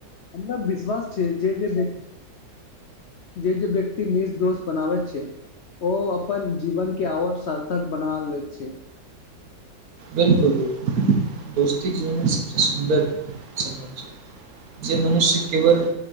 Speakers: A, on the left; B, on the right.
A: हमरा विश्वास छै, जे जे व जे जे व्यक्त निस दोस्त बनाबैत छै ओ अपन जीवनके आओर सार्थक बना लैत छै।
B: बिलकुल बिलकुल दोस्ती जीवन सब सुन्दर सम छै जे मनुष्य केवल